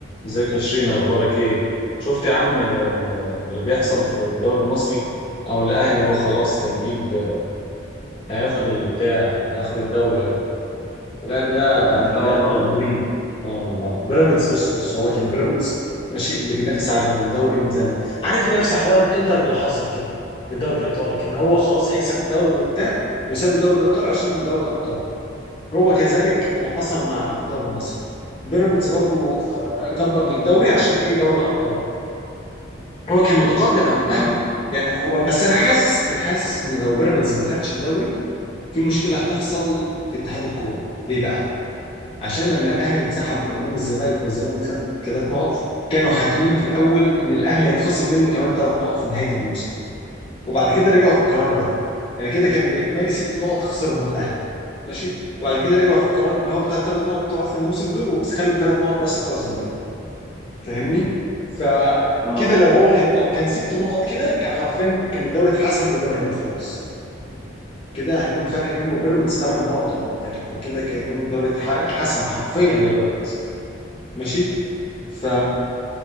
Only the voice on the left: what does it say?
ازيك يا شيرين اخبارك ايه شفت يا عم آه، اللي بيحصل في الدوري المصري او الاهلي اهو خلاص هيجيب آه، هياخد اللي بتاع هياخد الدوري اهو الاهلي ده يعني بجد
مريب اه والله بيراميدز بص بص هو كان بيراميدز ماشي اللي بينافس على الدوري من زمان عارف نفس حوار الانتر اللي حصل كده في الدوري الايطالي كان هو خلاص هيكسب الدوري وبتاع وساب الدوري الابطال عشان دوري الابطال هو كذلك اللي حصل مع في الدوري المصري بيراميدز برضو آه، كبر للدوري عشان ايه دوري الابطال هو كان متقدم عن الاهلي
يعني هو بس انا حاسس انا حاسس ان لو بيراميدز ما خدش الدوري في مشكله هتحصل في اتحاد الكوره ليه بقى؟ عشان لما الاهلي انسحب من قدام الزمالك والزمالك خد ثلاث نقط كانوا حاكمين في الاول ان الاهلي هيتخصم منه كمان ثلاث نقط في نهايه الموسم وبعد كده رجعوا في القرار ده يعني كده كان باجمالي ست نقط خسرهم الاهلي ماشي وبعد كده رجعوا في القرار ان هو بتاع الثلاث نقط بتوع اخر الموسم دول وبس خلوا الثلاث نقط بس بتوع الزمالك فاهمني فكده
لو هو كان لو كان ست نقط كده كان حرفيا كان الدوري اتحسم لبيراميدز خلاص كده هيكون فرق بينه وبيراميدز ثمان نقط ولا بتاع فكده كان هيكون الدوري اتح- اتحسم حرفيا لبيراميدز ماشي ف